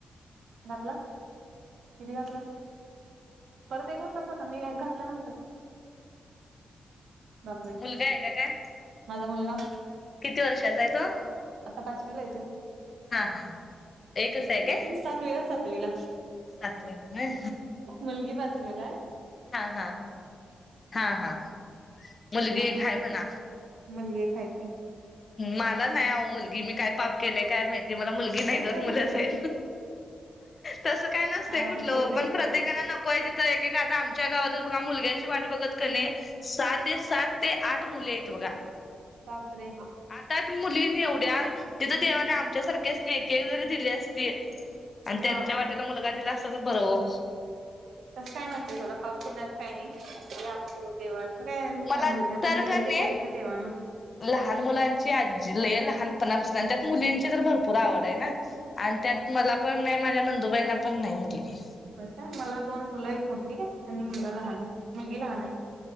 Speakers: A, on the right (about 85°); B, on the left (about 40°).
A: घातल, किती घातल? परत एक घातलास का, मी एक घातल्यानंतर?
B: <inaudible>
A: बापरे
B: मुलगा आहे का काय?
A: माझा मुलगा
B: किती वर्षाचा आहे तो?
A: आता पाचवीला आहे
B: हां हां एकच
A: तो
B: आहे काय?
A: सातवीला सातवीला.
B: सातवीला काय?
A: मुलगी वाचवेला.
B: हां हां हां हां मुलगी
A: हा
B: एक हाय
A: ठीक
B: म्हणा.
A: मुलगी एक हाय की.
B: मला नाही आहो मुलगी. मी काय पाप केले काय माहिती मला मुलगी. मुलगी नाही
A: तसं
B: दोन
A: काय
B: मुलंच
A: नसतंय
B: आहे. तसं काय नसतं
A: अ
B: कुठलं
A: केवढे
B: ओ पण प्रत्येक. प्रत्येकांना नको आहे तिथं एक एक आता आमच्या गावातच बघा मुलग्याची वाट बघत कणी सहा ते सात ते आठ मुली आहेत बघा.
A: बापरे
B: आतात मुलीनी एवढ्याच तिथं देवाने आमच्या सारख्या एक एक जरी दिली असती. आणि त्यांच्या
A: हा
B: वाट्याला मुलगा दिला असता तर बरं ओ.
A: तस काय नव्हते. थोडं पाप पुुण्यात काही नाही. असलं आपलं देवांकडे. काय म्हणता
B: मला
A: जे
B: तर
A: पण दिले
B: कणी
A: ते घ्यायचं देवानं.
B: लहान मुलांची आजी लय लहान. पण त्यात मुलींची तर भरपूर आवड आहे ना. आणि त्यात मला पण नाही. माझ्या नंदुबाईंना पण नाही मुलगी दिली
A: हो का मला दोन मुलं आहेत मोठी. आणि मुलगा लहान आहे मुलगी लहान आहे.